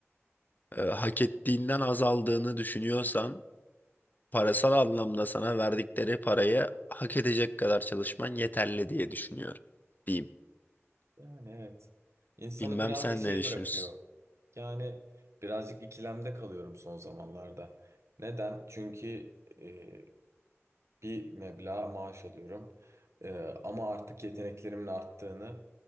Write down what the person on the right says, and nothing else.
yani evet. İnsanı
biraz
da şey
bırakıyor. Yani birazcık ikilemde kalıyorum son zamanlarda. Neden? Çünkü e, bir meblağ maaş alıyorum. Ee, ama artık yeteneklerimin arttığını